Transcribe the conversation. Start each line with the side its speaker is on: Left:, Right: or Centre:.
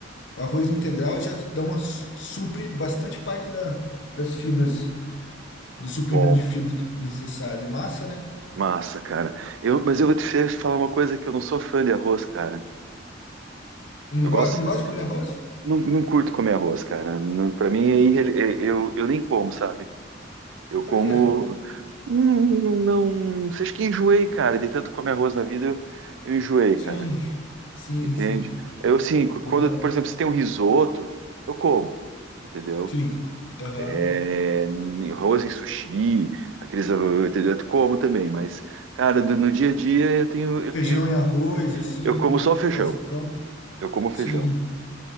Left: o arroz integral já dá uma su- supre bastante parte da, das fibras, do suprimento
Right: bom,
Left: de fibras que- necessárias. É massa, né?
Right: massa, cara. Eu, mas eu vou te falar uma coisa que eu não sou fã de arroz, cara.
Left: Não
Right: Eu
Left: gosta,
Right: gosto,
Left: não gosta de comer arroz?
Right: não, não curto comer arroz, cara. Não, para mim, é irre- é- eu, eu nem como, sabe? Eu
Left: Por
Right: como,
Left: quê?
Right: hum, não, não, não, acho que enjoei, cara. De tanto comer arroz na vida, eu, eu enjoei, cara.
Left: Sim, <laughs> sim,
Right: Entende?
Left: sim.
Right: Eu, assim, quando,
Left: Aham,
Right: por exemplo, se tem um risoto, eu como, entendeu?
Left: Sim, aham.
Right: É, em arroz em sushi, aqueles, ah, entendeu? Eu como também, mas, cara, do- no dia a dia eu tenho, eu
Left: Feijão
Right: tenho,
Left: e arroz, assim,
Right: eu como
Left: o
Right: só feijão,
Left: classicão.
Right: eu como feijão.
Left: Sim.